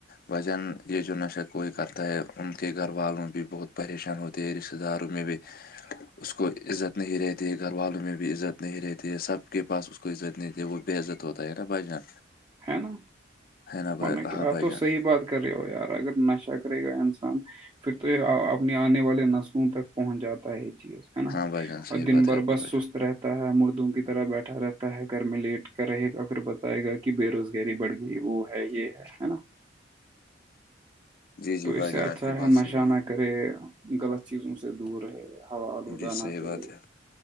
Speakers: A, on the left; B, on the right.
A: بھائی جان یہ جو نشا کوئی کرتا ہے ان کے گھر والوں بھی بہت پریشان ہوتی ہے رشتہ داروں میں بھی
B: جیی <unintelligible>
A: اس کو عزت نہیں رہتی ہے گھر والوں میں بھی عزت نہیں رہتی ہے سب کے پاس اس کو عزت نہیں رہتی ہے وہ بے عزت ہوتا ہے نا بھائی جان
B: ہے نا
A: ہے نا
B: ورنہ
A: بھائی
B: کیا
A: ہاں
B: آپ
A: بھائی
B: تو
A: جان
B: صحیح بات کر رہے ہو یار اگر نشہ کرے گا انسان پھر تو یہ اپنے آنے والے نسلوں تک پہنچ جاتا ہے یہ چیز ہے نا
A: ہاں بھائی جان
B: اور
A: صحیح
B: دن
A: بات
B: بھر
A: ہے آپ کی
B: بس
A: بھائی
B: سست
A: جان
B: رہتا مردوں کی طرح بیٹھا رہتا ہے گھر میں لیٹ کر رہے گا پھر بتائے گا کہ بے روزگاری بڑھ گئی وہ ہے یہ ہے ہے نا
A: جی جی
B: تو
A: بھائی
B: اس سے
A: جان
B: اچھا
A: آپ کی
B: ہے
A: بات
B: نشہ
A: صحیح
B: نہ کرے غلط چیزوں سے دور رہے ہوا الودہ
A: جی صحیح
B: نہ کرے
A: بات ہے